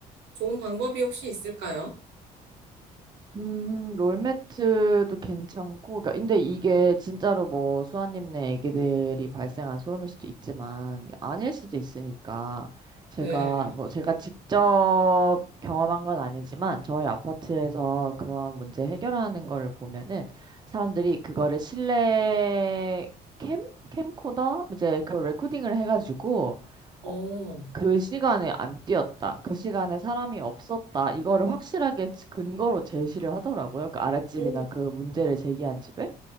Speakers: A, on the right (about 80°); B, on the right (about 25°).
A: 좋은 방법이 혹시 있을까요?
B: 음, 롤매트도 괜찮고, 그러니까 근데 이게 진짜로 뭐 수아님네 애기들이 발생한 소음일 수도 있지만, 아닐 수도 있으니까, 제가,
A: 네.
B: 뭐 제가 직접 경험한 건 아니지만, 저희 아파트에서 그런 문제 해결하는 거를 보면은, 사람들이 그거를 실내 캠? 캠코더? 이제 그 레코딩을 해가지고, 어,
A: 어.
B: 그 시간에 안 뛰었다. 그 시간에 사람이 없었다. 이거를 확실하게 지- 근거로 제시를 하더라고요. 그 아랫집이나
A: 오,
B: 그 문제를 제기한 집에.